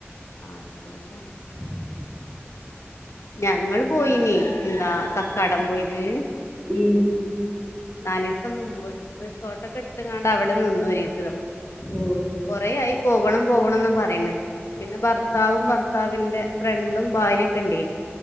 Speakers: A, on the left; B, on the left.
A: ആ അതൊണ്ട
B: <inaudible>
A: ഞങ്ങള് പോയിന് എന്താ കക്കാടം പോയില്
B: ഉം
A: നാല് ദിവസം മുമ്പ് റിസോർട്ടൊക്കെ എടുത്ത്ങ്ങാണ്ട് അവിടെ നിന്നു ഒരിസം
B: ഓഹ്
A: കുറേ ആയി പോവണം പോവാണെന്നു പറയണ് പിന്നെ ഭർത്താവും ഭർത്താവിന്റെ ഫ്രണ്ടും ഭാര്യ ഒക്കെ ഉണ്ടേനു